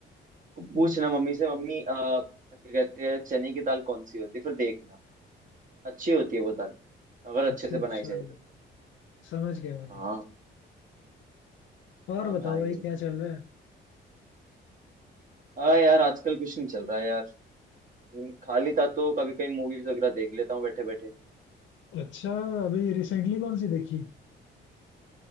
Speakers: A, on the right (about 40°); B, on the left (about 75°).
A: पूछना
B: हम्म,
A: मम्मी से मम्मी अ, क्या कहते हैं चने की दाल कौन सी होती है फिर देखना अच्छी होती है वो दाल अगर अच्छे
B: अच्छा
A: से
B: अच्छा
A: बनाई जाए तो
B: समझ गया भाई
A: हाँ
B: और
A: हाँ
B: बताओ
A: भाई
B: भाई क्या चल रहा है
A: हाँ यार आजकल कुछ नहीं चल रहा है यार हम्म, खाली था तो कभी कभी मूवीज वगैरह देख लेता हूँ बैठे बैठे
B: अच्छा अभी रिसेंटली कौन सी देखी